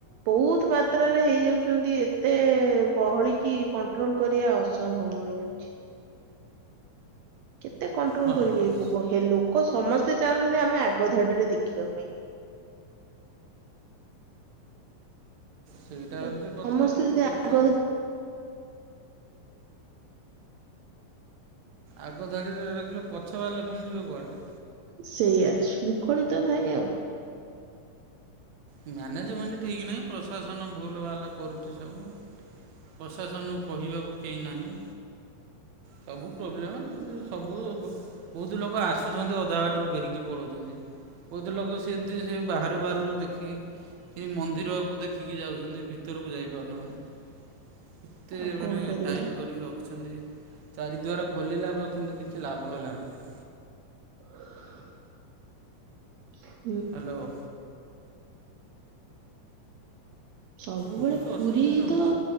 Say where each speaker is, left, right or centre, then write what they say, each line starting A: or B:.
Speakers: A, on the right (about 85°); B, on the right (about 65°).
A: ବହୁତ ମାତ୍ରାରେ ହେଇଯାଉଛନ୍ତି ଏତେ ଗହଳ କିି କଣ୍ଟ୍ରୋଲ କରିବା ଅସ ଅସମ୍ଭବ ହେଇଯାଉଛି। କେତେ କଣ୍ଟ୍ରୋଲ
B: ହଁ
A: କରିବେ
B: ବସ୍
A: ଏ <unintelligible> ହେ ଲୋକ ସମସ୍ତେ ଚାହୁଁଛନ୍ତି ଆମେ ଆଗ ଧାଡିରେ ଦେଖିବା ପାଇଁ।
B: ସେଇଟା
A: ବାକି
B: ହଉଛି କଥା
A: ସମସ୍ତେ
B: ଆଉ
A: ଯଦି
B: ଲୋକ
A: ଆଗ
B: ଆଗ ଧାଡ଼ିରେ ରଖିଲେ ପଛ ବାଲା ଫୁଣି ଯିବ କୁଆଡ଼େ।
A: ସେଇଆ ଶୃଙ୍ଖଳିତ ନାହିଁ ଆଉ
B: ମ୍ୟାନେଜମେଣ୍ଟ ଠିକ ନାହିଁ ପ୍ରଶାସନ ଭୁଲ ଭାଲେ କରୁଛି ସବୁ। ପ୍ରଶାସନକୁ କହିବାକୁ କେହି ନାହିଁ। ସବୁ ପ୍ରୋବ୍ଲେମେ କିନ୍ତୁ ସବୁ ବୁ ବହୁତ ଲୋକ ଆସୁଛନ୍ତି ଅଧା ବାଟରୁ ଫେରିକି ପଳାଉଛନ୍ତି। ବହୁତ ଲୋକ ସେମିତି ସେ ବାହାରୁ ବାହାରୁରୁ ଦେଖେ କି କି ମନ୍ଦିରକୁ ଦେଖିକି ଯାଉଚନ୍ତି ଭିତରକୁ ଯାଇପାରୁନାହାନ୍ତି। କେତେ
A: ଆଉ
B: ମାନେ
A: କଣ କରିବା
B: ଟାଇଟ୍
A: ଆଉ।
B: କରିକି ରଖିଛନ୍ତି। ଚାରି ଦ୍ୱାର ଖୋଲିଲା ପ କିନ୍ତୁ କିଛି ଲାଭ ହେଲାନି।
A: <inaudible> <inaudible>
B: ହ୍ୟାଲୋ
A: ସବୁବେଳେ
B: ବହୁତ
A: ପୁରୀ
B: ଅସୁବିଧା ରହୁଛି।
A: ତ